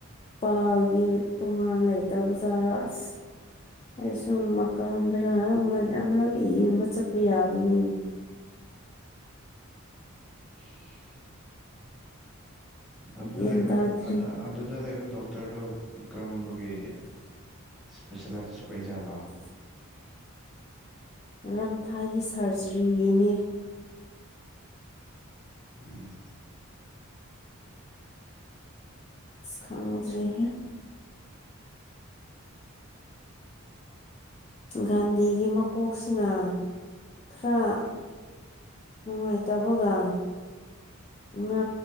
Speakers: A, on the left; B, in the centre.
A: ꯏ ꯄꯥꯜꯒꯤ ꯇꯣꯉꯥꯟ ꯂꯩꯇꯕ ꯖꯥꯔꯥ ꯑꯁ ꯑꯩ ꯁꯨꯝ ꯃꯀꯥꯟꯗꯔ ꯑꯃꯨꯔꯛꯇ ꯌꯦꯡꯕ ꯆꯠꯄ ꯌꯥꯕꯅꯤꯅꯦ
B: <inaudible> ꯑꯗꯨꯗ
A: ꯒ꯭ꯌꯥꯟ
B: ꯂꯩꯕ
A: ꯇꯥꯗ꯭ꯔꯤꯅꯦ
B: ꯑꯗꯨꯗ ꯂꯩꯕ ꯗꯣꯛꯇꯔꯗꯨ ꯀꯔꯝꯕꯒꯤ ꯏꯁꯄꯤꯦꯁꯦꯂꯥꯏꯁ ꯑꯣꯏꯖꯥꯂꯣ
A: <inaudible> ꯃꯔꯝꯊꯥꯒꯤ ꯁꯥꯔꯖꯔꯤꯒꯤꯅꯦ
B: ꯎꯝ
A: ꯈꯪꯗ꯭ꯔꯦꯍꯦ ꯒꯥꯟꯙꯤꯒꯤ ꯃꯀꯣꯛꯁꯤꯅ ꯈꯔ ꯅꯨꯡꯉꯥꯏꯇ ꯇꯕꯒ ꯉ